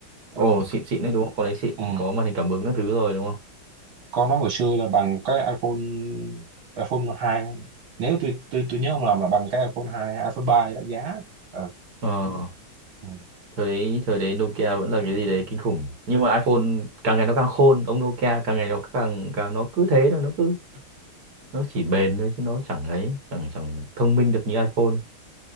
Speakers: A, on the right; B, on the right.
A: ừ.
B: ồ xịn xịn đấy đúng không con đấy xịn
A: ừ.
B: có màn hình cảm ứng các thứ rồi đúng không
A: con nó hồi xưa là bằng cái iPhone iPhone 2 nếu tôi tôi tôi nhớ không lầm là bằng cái iPhone 2 iPhone 3 đã giá ừ.
B: ờ
A: Ừ.
B: thời đấy thời đấy Nokia vẫn là cái gì đấy kinh khủng nhưng mà iPhone càng ngày nó càng khôn ông Nokia càng ngày nó càng càng nó cứ thế thôi nó cứ nó chỉ bền thôi chứ nó chẳng ấy chẳng chẳng thông minh được như iPhone